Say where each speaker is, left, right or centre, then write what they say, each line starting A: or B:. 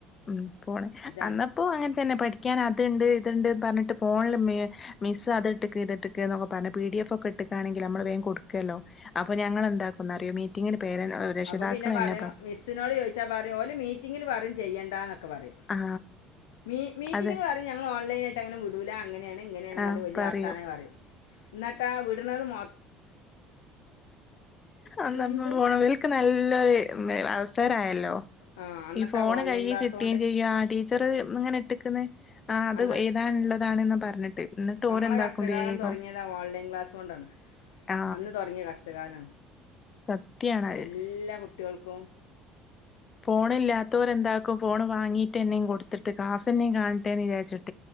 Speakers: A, on the left (about 35°); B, on the left (about 80°).
A: ഉം ഫോണ്
B: ഇതാണ്
A: അന്നപ്പോ അങ്ങൻ തന്നെ പഠിക്കാൻ അത്ണ്ട് ഇത്ണ്ട്ന്ന് പറഞ്ഞിട്ട് ഫോണില് മി മിസ്സ് അത്ട്ട്ക്ക് ഇത്ട്ട്ക്ക് എന്നൊക്കെ പറഞ്ഞ പി ഡി എഫ് ഒക്കെ ഇട്ടക്കയാണെങ്കിൽ നമ്മള് വേം കൊടുക്കുവല്ലോ അപ്പൊ ഞമ്മള് എന്താക്കുന്നറിയോ മീറ്റിങ്ങിന് പേര രക്ഷിതാക്കളെന്നെ
B: അപ്പൊ പിന്നെ പറിം
A: പറയും
B: മിസ്സിനോട് ചോയ്ച്ചാ പറിം ഓല് മീറ്റിങ്ങില് പറിം ചെയ്യണ്ടാന്ന് ന്നൊക്കെ പറിം
A: ആ
B: മീ മീറ്റിങ്ങില്
A: അതെ
B: പറിം ഞങ്ങള് ഓൺലൈനായിട്ട് അങ്ങനെ വിടൂല അങ്ങ നെണ് ഇങ്ങനെണ്ന്നർഞ്ഞ്
A: ആ
B: വെല്ല്യ
A: പറയും
B: വർത്താനം പറിം എന്നട്ട വിട്ന്നത് മൊ
A: അന്ന
B: എന്ത്
A: <unintelligible> പോണ വെൽക്ക് നെ നല്ലൊരു മെ അവസരയല്ലോ
B: ആ അന്നത്തെ
A: ഈ ഫോണ്
B: ഓൺലൈൻ
A: കൈയ്യീ
B: ക്ലാസ്
A: കിട്ടേം
B: കൊണ്ട്
A: ചെയ്യും ആ ടീച്ചറ് ഇങ്ങനെ ഇട്ട്ക്ക്ണ് ആ അത്
B: അന്ന്
A: ഏതാണ്ള്ളതാണ് ന്ന് പർഞ്ഞിട്ട് ന്നട്ട്
B: നമ്മളെ
A: ഓരെന്താക്കും
B: കഷ്ടകാലം
A: വേഗം
B: തുടങ്ങിയത് ആ ഓൺലൈൻ ക്ലാസ് കൊണ്ടാണ്
A: ആ
B: അന്ന് തൊടങ്ങ്യ കഷ്ടകാലാണ്
A: സത്യാണത്
B: എല്ലാ കുട്ട്യ ൾക്കും
A: ഫോണ് ഇല്ലാത്തോരെന്താക്കും ഫോണ് വാങ്ങീ ട്ടെന്നെം കൊട്ത്തിട്ട് ക്ലാസെന്നെം കാണട്ടേന്ന് വിചാരിച്ചി